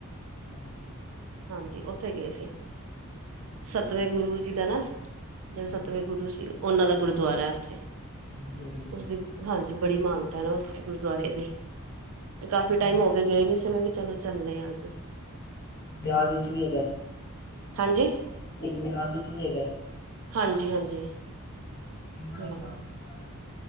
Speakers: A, on the left; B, on the right.
A: ਹਮ
B: ਹਾਂਜੀ ਉੱਥੇ ਗਏ ਸੀ ਸੱਤਵੇਂ
A: ਅੱਛਾ,
B: ਗੁਰੂ ਜੀ ਦਾ ਨਾ ਜਿਹੜਾ
A: ਹਾਂਜੀ,
B: ਸੱਤਵੇਂ ਗੁਰੂ ਸੀ ਉਹਨਾਂ ਦਾ ਗੁਰਦੁਆਰਾ ਉੱਥੇ
A: ਹਾਂਜੀ, ਹਾਂਜੀ।
B: ਉਸਦੀ ਹਾਂਜੀ ਬੜੀ ਮਾਨਤਾ ਹੈ ਨਾ ਉੱਥੇ ਗੁਰਦੁਆਰੇ ਦੀ ਕਾਫ਼ੀ
A: ਇੱਕ
B: ਟਾਈਮ
A: ਬਿ-
B: ਹੋ ਕੇ ਗਏ ਨੀ ਸੀ ਮਂ ਚਲੋ ਚੱਲੇ ਆ ਅੱਜ
A: ਵਿਆਜ ਵਿੱਚ ਵੀ ਹੈਗਾ
B: ਹਾਂਜੀ
A: ਇੱਕ ਗਲਾਸ ਵਿਚ ਵਿ ਹੈਗਾ
B: ਹਾਂਜੀ ਹਾਂਜੀ
A: ਵੀ ਬੜਾ
B: ਹਾਂ
A: ਮਾਾਰ ਸਾਰਾ